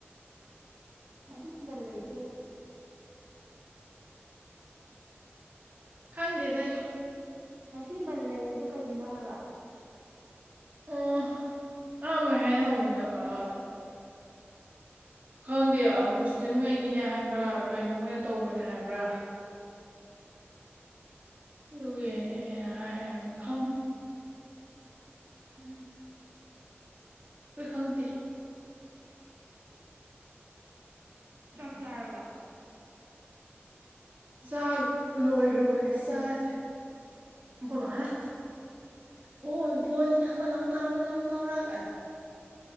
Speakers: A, on the right; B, on the right.
A: ꯉꯝꯕꯜꯗꯩꯗꯤ ꯀꯩꯗ
B: ꯈꯪꯗꯦꯁ ꯑꯩꯁꯨ
A: ꯉꯁꯤ ꯕꯟ ꯂꯩꯕ ꯀꯩꯒꯤꯅꯣ ꯍꯥꯏꯕ
B: ꯎ ꯑ ꯃꯣꯏ ꯍꯥꯏꯅꯧꯕꯃꯤꯗꯣ ꯑ ꯈꯪꯗꯦ ꯃꯨꯁꯂꯤꯝꯉꯩꯒꯤꯅꯦ ꯍꯥꯏꯕ꯭ꯔꯥ ꯀꯩꯅꯣ ꯃꯣꯏꯅ ꯇꯧꯕꯅꯦ ꯍꯥꯏꯕ꯭ꯔꯥ ꯑꯗꯨꯒꯤꯅꯦ ꯍꯦꯟꯅ ꯍꯥꯏ ꯌꯥꯝꯅ ꯈꯪꯉꯦ
A: ꯎꯝ
B: ꯑꯩꯈꯣꯏ ꯈꯪꯗꯦ
A: ꯆ ꯇꯔꯝꯕ
B: ꯁꯥꯒ ꯂꯣꯏꯣꯏ꯭ꯔꯣꯕꯅꯤ ꯁꯥꯒ ꯀꯃꯅ ꯑꯣ ꯐꫭꯟꯖꯤꯅ ꯑꯃꯅꯃꯨꯛ ꯇꯧꯔꯛ ꯑꯃꯅꯃꯨꯛ ꯇꯧꯔꯛ